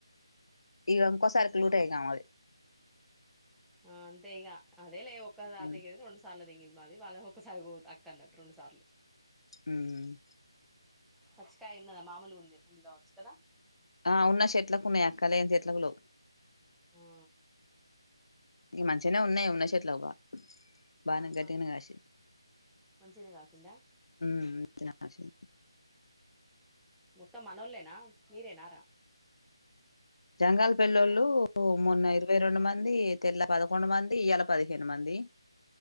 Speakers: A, on the left; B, in the centre.
A: ఇగ ఇంకోసారి క్లూటాయినమాది.
B: ఉహు ఆ అంతే ఇగ అదే లే ఒకసారి
A: ఉ
B: దిగేది రెండు సార్లు దిగింది మాది వాళ్ళ ఒకసారి తక్కు అన్నట్టు రెండు సార్లు
A: హమ్
B: పచ్చికాయ ఉన్నద మామూలుగా ఉంది ఉంది కావచ్చు కదా
A: ఆ ఉన్న చెట్లకు ఉన్నాయి అక్కలేని చెట్లకు లోవు
B: హా
A: ఇ మంచిగానే ఉన్నాయి ఉన్న చెట్ల బా బానే
B: ఆహా
A: గట్టిన కాసాయి
B: మంచిగనే కాసిందా
A: హమ్
B: మొత్తం మనోలేనా మీరేనారా
A: జంగాల్ పెళ్ళోళ్ళు
B: ఆ
A: మొన్న ఇరవై రెండు మంది తెల్ల పదకొండు మంది ఇయళ పదిహేను మంది